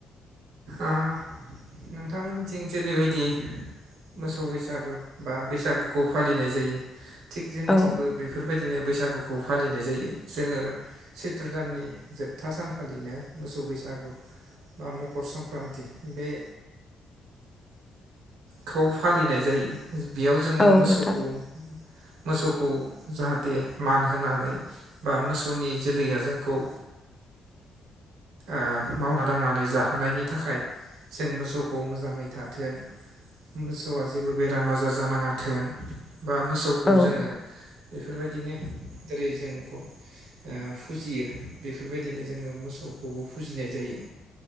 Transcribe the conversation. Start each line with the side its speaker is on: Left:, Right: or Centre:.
Right: ओ नोंथांमोननिथिं जेरैबायदि मोसौ बैसागु बा बैसागुखौ फालिनाय जायो थिग जोंथिंबो
Left: औ
Right: बेफोरबा यदिनो बैसागुखौ फालिनाय जायो जोङो सैथ्र दाननि जोबथा सान खालिनो मोसौ बैसागु बा मकर संक्रान्ति बे
Left: <inaudible>
Right: खौ फालिनाय जायो बेयाव जोङो
Left: औ
Right: मोसौखौ
Left: नोंथां
Right: मोसौखौ जाहाथे मान होनानै बा मोसौनि जोलैया जोंखौ
Left: <inaudible>
Right: ओ मावना दांनानै जाबोनायनि थाखाय जों मोसौखौ मोजाङै थाथों मोसौआ जेबो बेराम आजार जानाङाथों बा मोसौखौ
Left: औ
Right: जोङो बेफोरबायदिनो जेरै जों ओ फुजियो बेफोरबायदिनो जोङो मोसौखौबो फुजिनाय जायो।